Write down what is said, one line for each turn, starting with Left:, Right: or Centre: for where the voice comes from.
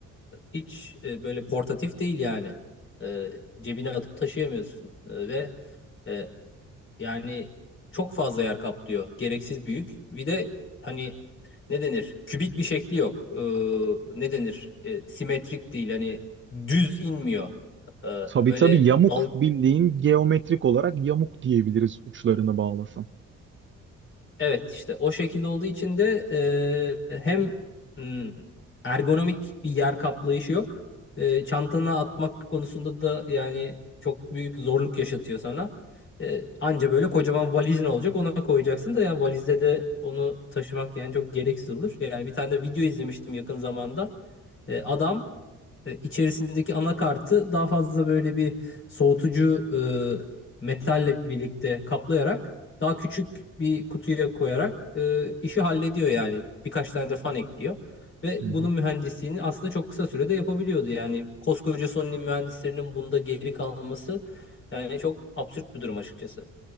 Left: hiç e, böyle portatif değil yani. E, cebine atıp taşıyamıyorsun. E, ve e, yani çok fazla yer kaplıyor. Gereksiz büyük. Bir de hani ne denir? Kübik bir şekli yok. Ee, ne denir? Ee, simetrik değil. Hani düz inmiyor. Ee,
Right: Tabii
Left: böyle
Right: tabii yamuk
Left: dal
Right: bildiğin geometrik olarak yamuk diyebiliriz uçlarını bağlasan.
Left: Evet işte o şekilde olduğu için de e, hem mm, ergonomik bir yer kaplayışı yok. E, çantana atmak konusunda da yani çok büyük zorluk yaşatıyor sana. E, anca böyle kocaman valizin olacak ona koyacaksın da yani valizde de onu taşımak yani çok gereksiz olur. Yani bir tane de video izlemiştim yakın zamanda. E, adam e, içerisindeki anakartı daha fazla böyle bir soğutucu e, metalle birlikte kaplayarak daha küçük bir kutuya koyarak e, işi hallediyor yani. Birkaç tane de fan ekliyor. Ve
Right: Hı
Left: bunun
Right: hı.
Left: mühendisliğini aslında çok kısa sürede yapabiliyordu. Yani koskoca Sony'nin mühendislerinin bunda geri kalması yani çok absürt bir durum açıkçası.